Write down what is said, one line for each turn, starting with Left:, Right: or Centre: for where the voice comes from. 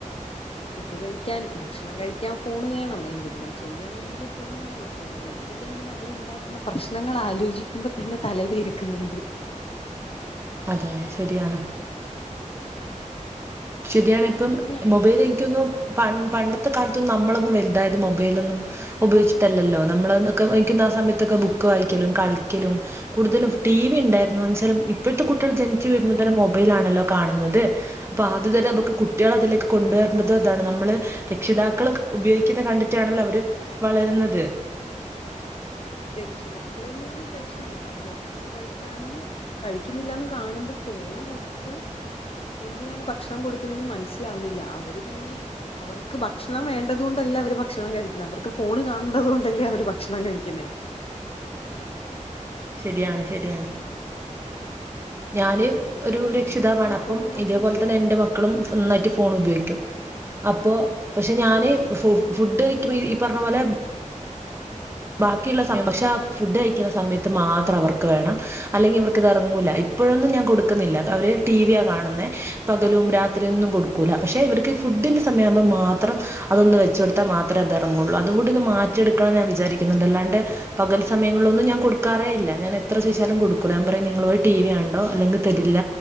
Left: ഫുഡ് കഴിക്കാൻ ഭക്ഷണം കഴിക്കാൻ ഫോണ് വേണം എന്തെങ്കിലും ചെയ്യണങ്കില് ഫോണ് വേണം ഫോണ് കൊടുത്തില്ലെങ്കിൽ അവരുണ്ടാക്കുന്ന പ്രശ്നങ്ങൾ ആലോചി ജിക്കുമ്പോ തന്നെ തല പെരുക്കുന്നുണ്ട്
Right: അതെ അതെ ശരിയാണ് ശരിയാണ് ഇപ്പം
Left: എങ്ങനെയാ
Right: മൊബൈൽ എനിക്കോന്നും പ പണ്ടത്തെ കാലത്തും നമ്മളൊന്നും വലുതായത് മൊബൈലൊന്നും ഉപയോഗിച്ചിട്ടല്ലല്ലോ നമ്മളൊക്കെ ക്കുന്ന ആഹ് സമയത്തൊക്കെ ബുക്ക് വായിക്കലും കളിക്കലും കൂടുതലും ടി വി ഇണ്ടായിരുന്നു ന്ന് വെച്ചാല് ഇപ്പഴ്ത്തെ കുട്ടികള് ജനിച്ചു വീഴുംപോ തന്നെ മൊബൈലാണല്ലോ കാണുന്നത് അപ്പൊ ആതു തരം നമക്ക് കുട്ടികളേ അതിലേക്ക് കൊണ്ടുവരണ്ടത് ഇതാണ് നമ്മള് രക്ഷിതാക്കൾ ഉപയോഗിക്കുന്ന കണ്ടിട്ടാണല്ലോ അവര് വളരുന്നത്
Left: രക്ഷിതാക്കള്ന്നെയാണ് പ്രശ്നം. കാരണം ഭക്ഷണം കഴിക്കാന് കഴിക്കുന്നില്ലന്ന് കാണുമ്പോ ഫോണ് കൊടുത്ത് എന്തിനാണ് ഭക്ഷണം കൊടുക്കുന്നന്ന് മനസ്സിലാവുന്നില്ല. അവര് പിന്നെ അവർക്ക് ഭക്ഷണം വേണ്ടതു കൊണ്ടല്ല അവര് ഭക്ഷണം കഴിക്കുന്നത്. അവർക്ക് ഫോണ് കാണേണ്ടത് കൊണ്ടല്ലേ അവര് ഭക്ഷണം കഴിക്കുന്നേ?
Right: ശരിയാണ്, ശരിയാണ്. ഞാാന്
Left: എന്തിനാ
Right: ഒരു രക്ഷിതാവാണ്.
Left: എന്തിനാണ് ഈ
Right: അപ്പം
Left: ഫോണ് കൊടുത്ത്
Right: ഇതേപോലെ
Left: ശീലി
Right: തന്നെ എൻ്റെ മക്കളും നന്നായിട്ട് ഫോൺ ഉപയോഗിക്കും. അപ്പൊ പക്ഷെ ഞാന് ഫു ഫുഡ് കഴിക്ക് ഈ പറഞ്ഞ പോലെ ബാക്കിയുള്ള സമയം പക്ഷെ ആ ഫുഡ് കഴിക്കുന്ന സമയത്ത് മാത്രം അവർക്ക് വേണം. അല്ലെങ്കി അവർക്കതെറങ്ങൂല. ഇപ്പോഴൊന്നും ഞാൻ കൊടുക്കുന്നില്ല. അവര് ടിവിയാ കാണുന്നേ. പകലും രാത്രിയൊന്നും കൊടുക്കൂല. പക്ഷെ ഇവര്ക്ക് ഫുഡിന്റെ സമയാമ്പം മാത്രം അതൊന്ന് വെച്ച കൊടുത്താ മാത്രേ അത് എറങ്ങുള്ളൂ. അതും കൂടി ഒന്ന് മാറ്റിയെടുക്കണംന്ന് ഞാൻ വിചാരിക്കു ന്നുണ്ട്. അല്ലാണ്ട് പകൽ സമയങ്ങളിലൊന്നും ഞാൻ കൊടുക്കാറേ ഇല്ല. ഞാൻ എത്ര ചോയിച്ചാലും കൊടുക്കൂല്ല. ഞാൻ പറയും നിങ്ങള് പോയി ടിവി കണ്ടോ അല്ലെങ്കിൽ തരില്ല